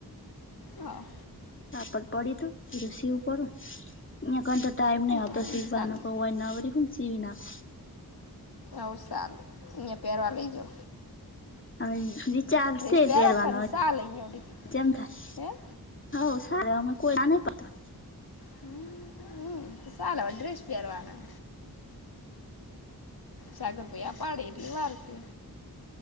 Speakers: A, on the left (about 75°); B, on the left (about 30°).
A: હા
B: આપડ પડી દું પ રસીવ કરું અહીયા ક તો ટાઈમ નહ હતો.
A: હમ,
B: તો શીખવા
A: સારું
B: કવાય ના વરી હમસીીવી નાખ.
A: નવ સાલે અહીં પહેરવા લઈજો.
B: હવે રચાર્જશે
A: ડ્રેસ પહેરો
B: પહેરવાનો
A: કન સાલ અહીંયા ઉડી
B: જેમ થાય?
A: હે
B: હવ સાર અમે કોઈ ના ન પાડતું.
A: હ હ તો સલે ડ્રેસ પહેરવાના. સાગર ભૈયા પાાડે એટલી વાર કે